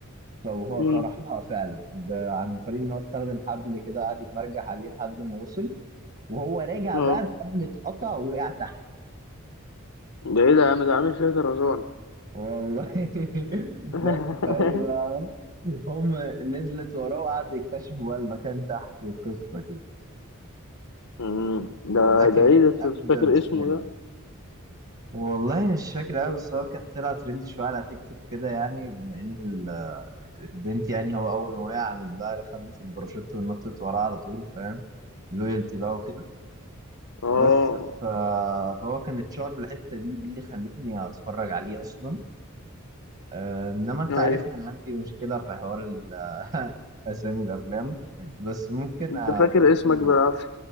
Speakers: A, on the right (about 40°); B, on the left (about 85°).
A: فهو
B: مم،
A: فراح لها فعلا ب... عن طريق ان هو استخدم حبل كده قعد يتمرجح عليه لحد ما وصل وهو راجع
B: اه
A: بقى الحبل اتقطع ووقع تحت
B: ده ايه ده يا عم ده عامل فيها طرزان
A: والله <laughs>
B: <laughs>
A: بس فايه بقى هم نزلت وراه وقعدوا يكتشفوا بقى المكان تحت وقصه كده
B: مم، ده
A: ده كان
B: ده ايه ده
A: اجدد
B: مش فاكر اسمه
A: فيلم
B: ده
A: والله مش فاكر قوي بس هو كان طلع ترند شويه على تيك توك كده يعني بما ان ال- البنت يعني هو اول ما وقع عملت بقى خدت الباراشوت ونطت وراه على طول فاهم لويالتي بقى وكده
B: اه
A: بس ف... فهو كان اتشارب الحته دي دي اللي خلتني اتفرج عليه اصلا آه، انما انت
B: ايوه
A: عارفني انا عندي مشكله في حوار ال... <laughs> اسامي الافلام بس ممكن
B: انت
A: اشوفه
B: فاكر اسمك بالعافية